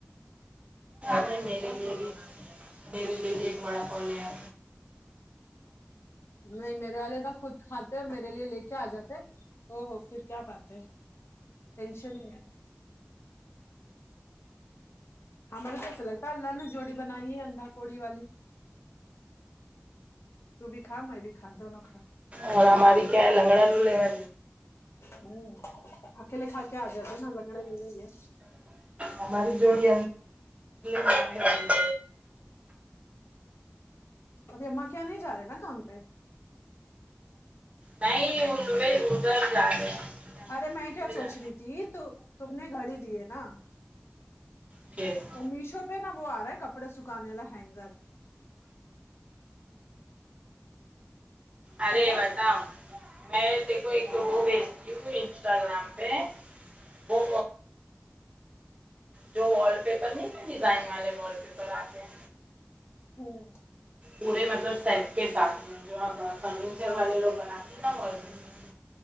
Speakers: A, on the right; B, on the left.
A: نہیں میرے لیے بھی میرے لیے بھی ایک وڑا پاؤ لے آ
B: نہیں میرے والے کا خود کھات ے اور میرے لیے لے کے آ جاتے او ہو پھر کیا پات ہے ٹینشن ہی نہیں ہاں میں نے تو ایسے لگتا ہے اللہ نے جوڑی بنائی ہے اندا کوڑی والی تو بھی کھا میں بھی کھا دونوں کھا
A: اور ہماری کیا ہے لنگڑا لولے ہے
B: ہوں اکیلے کھا کے آ جاتے ہیں نا لنگڑے لولے ہی ہے
A: ہماری جوڑی <unintelligible>
B: ابھی اماں کے یہاں نہیں جا رہے نا کام پہ
A: نہیں ا ادھر جا رہے ہیں
B: ارے میں کیا سوچ رہی تھی تو تم نے گھڑی دیے نا
A: <inaudible>
B: او میشو پہ نا وہ آ رہا ہے کپڑے سکھانے والا ہینگر
A: ارے
B: پتا ہے
A: بتاؤ میں <unintelligible> تو ایک وہ بھیجتی ہوں انسٹاگرام پہ وہ جو وال پیپر نہیں ہے ڈیزائن والے وال پیپر آتے ہیں
B: ہوں
A: پورے مطلب سیٹ کے ساتھ میں جو آ فرنیچر
B: ہاں
A: والے لوگ بناتے ہیں نا وال پیپر